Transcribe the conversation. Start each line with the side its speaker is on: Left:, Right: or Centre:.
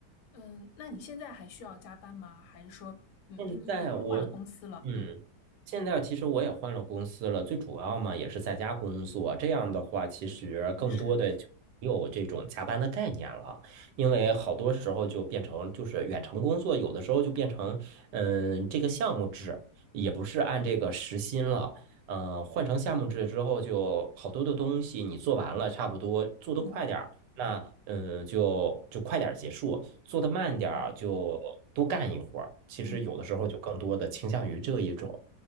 Left: 嗯，那你现在还需要加班吗？还是说，嗯，
Right: 现在我，
Left: 因为你应该换了公司了，
Right: 嗯，
Left: 嗯，
Right: 现在其实我也换了公司了，最主要嘛也是在家工作。这样的话，其实更多的就没有这种加班的概念了，
Left: 也是，
Right: 因为好多时候就变成就是远程工作，有的时候就变成嗯这个项目制，也不是按这个时薪了。嗯，换成项目制之后，就好多的东西你做完了，差不多做得快点儿。
Left: 嗯，
Right: 那嗯，就就快点儿结束，做的慢点儿就多干一会儿。
Left: 那对，
Right: 其实有的时候就更多的倾向于这一种。
Left: 嗯。